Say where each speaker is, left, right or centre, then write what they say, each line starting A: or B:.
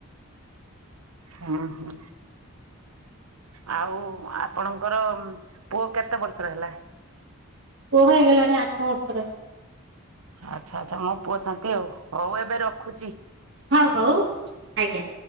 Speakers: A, on the right; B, on the right.
A: ହଁ ହଁ। ଆଉ ଆପଣଙ୍କର ପୁଅ କେତେ ବର୍ଷର ହେଲା?
B: ପୁଅ ହେଇଗଲାଣି ଆଠ ବର୍ଷ ର।
A: ଆଚ୍ଛା ଆଚ୍ଛା ମୋ ପୁଅ ଶାନ୍ତି ଆଉ ହଉ ଏବେ ରଖୁଚି।
B: ହଉ ହଉ ଆଜ୍ଞା